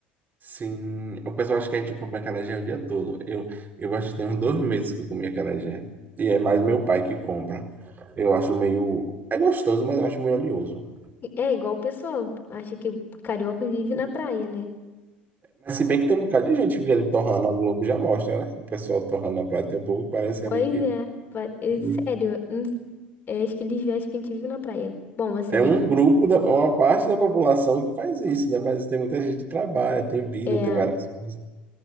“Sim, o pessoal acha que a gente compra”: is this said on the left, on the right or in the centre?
Right